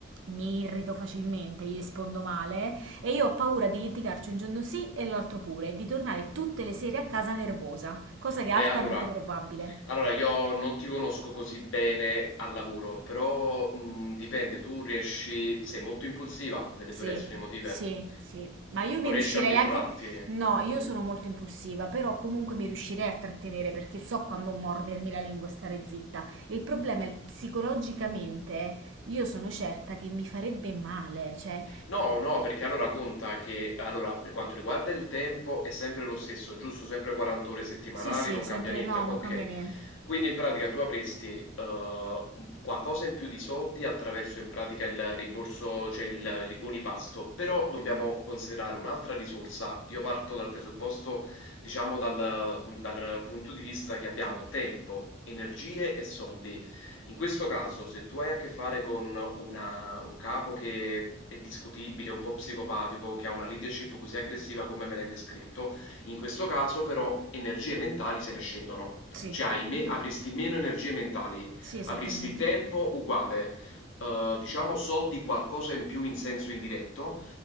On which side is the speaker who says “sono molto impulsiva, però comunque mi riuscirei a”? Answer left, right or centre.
Right